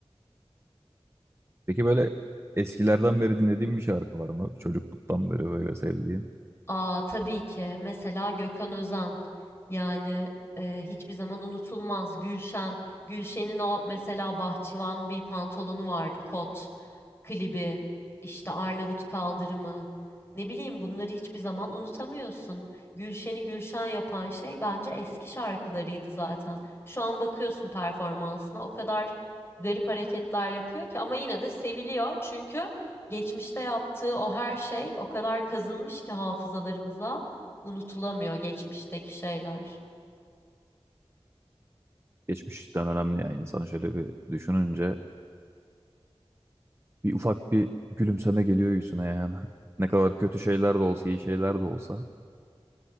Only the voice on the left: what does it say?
Aa tabii ki. Mesela Gökhan Özen. Yani e, hiçbir zaman unutulmaz. Gülşen. Gülşen'in o mesela bahçıvan bir pantolonu vardı kot klibi, işte Arnavut kaldırımı, ne bileyim bunları hiçbir zaman unutamıyorsun. Gülşen'i Gülşen yapan şey bence eski şarkılarıydı zaten. Şu an bakıyorsun performansına o kadar garip hareketler yapıyor ki ama yine de seviliyor çünkü geçmişte yaptığı o her şey o kadar kazınmış ki hafızalarımıza unutulamıyor geçmişteki şeyler.